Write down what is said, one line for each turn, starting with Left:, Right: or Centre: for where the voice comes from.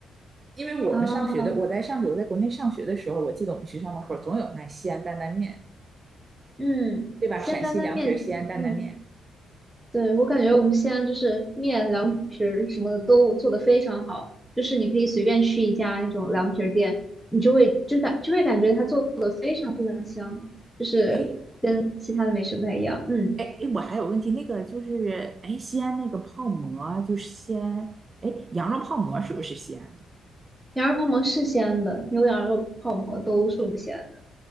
Right: 因为我们上学的，
Centre: 啊，
Right: 我在上学，我在国内上学的时候，我记得我们学校门口总有卖西安担担面，
Centre: 嗯，
Right: 对吧？
Centre: 鲜担担面，
Right: 陕西凉皮儿、西安担担面。
Centre: 嗯。对，我感觉我们西安就是面、凉皮儿什么的都做得非常好，就是你可以随便去一家那种凉皮儿店，你就会就感就会感觉它做的非常非常香，就是跟其他的美食不太一样。
Right: 哎
Centre: 嗯，
Right: 哎哎，我还有问题，那个就是哎，西安那个泡馍啊就是西安，哎，羊肉泡馍是不是西安的？
Centre: 羊肉泡馍是西安的，牛羊肉泡馍都是我们西安的。